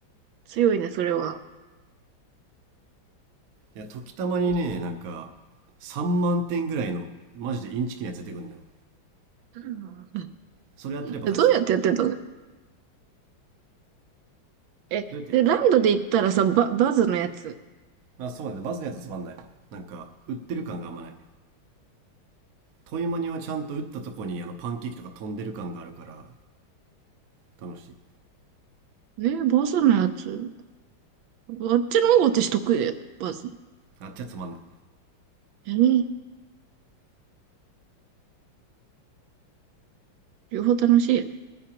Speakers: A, on the right; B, on the right.
A: 強いね、それは。
B: う。いや、時たまにね、
A: え
B: なんか3万点ぐらいのマジでインチキなやつ出てくるんだよ。
A: うん
B: それやってれば勝ち。
A: どうやってやってたの
B: ど
A: え、
B: うやってやってる
A: で、ランドで行ったらさ、バ、バズのやつ。
B: まあそうだね、バズのやつはつまんない。なんか、売ってる感があんまない。トイマニはちゃんと打ったとこにあのパンケーキとか飛んでる感があるから、楽しい。
A: えー、バズのやつ。あっちの方が私得意だよ。バズの。
B: あっちはつまんない。
A: えー、ね両方楽しいよね。